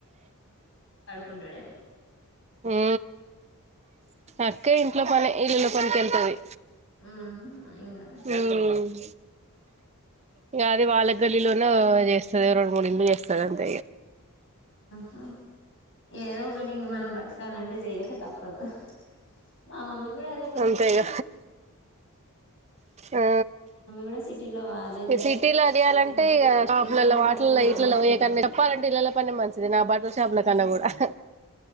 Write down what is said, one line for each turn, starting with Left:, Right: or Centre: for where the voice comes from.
Left: ఉండడెమో
Right: ఉ అక్క ఇట్ లో పనే ఇల్లు లో పనికి వెళ్తది
Left: ఆ ఇకా
Right: ఉమ్ ఇగ అది వాళ్ళ గల్లీలోనే చేస్తది రెండు మూడు ఇలు చేస్తది సరంత
Left: ఆ ఏదో ఒకటి ఇంక మనం బతకాలంటే చెయక తప్పదు మా మమీ కూడా అదే పని
Right: అంతే
Left: చేస్తుది
Right: ఇగ ఆ
Left: కూడా సిటీలో అదే
Right: ఇ
Left: చేస్తది
Right: సిటీలో అదియాలంటే
Left: ఉమ్
Right: ఇక షాప్లలో
Left: చేసుకునే
Right: వాటర్లో
Left: పనిలో నామూషి
Right: ఇట్లలో పోకన్నా
Left: ఏముండదు
Right: చెప్పాలంటే ఇళ్లల పనే మంచిది నా బటల్ షాప్ల కన్నా కూడా అ